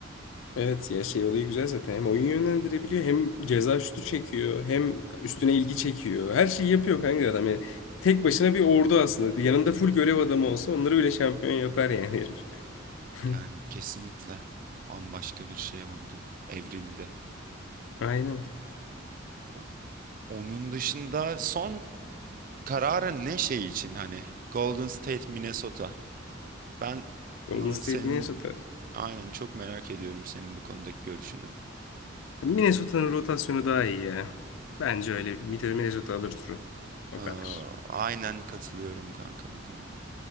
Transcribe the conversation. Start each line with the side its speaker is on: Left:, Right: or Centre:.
Left: Evet ya şey olayı güzel zaten. Hem oyun yönlendirebiliyor hem ceza şutu çekiyor hem üstüne ilgi çekiyor. Her şeyi yapıyor kanka adam yani. Tek başına bir ordu aslında. Yanında full görev adamı olsa onları bile şampiyon yapar yani herif. <laughs>
Right: Yani kesinlikle bambaşka bir şey oldu. Evrildi.
Left: Aynen.
Right: O- Onun dışında son kararın ne şey için hani Golden State Minnesota. Ben
Left: Golden
Right: buna
Left: State
Right: senin
Left: Minnesota.
Right: aynen çok merak ediyorum senin bu konudaki görüşünü.
Left: Minnesota'nın rotasyonu daha iyi ya. Bence öyle. Bir de Minnesota alır turu. O
Right: Ee,
Left: kadar.
Right: aynen katılıyorum kanka bu konuya.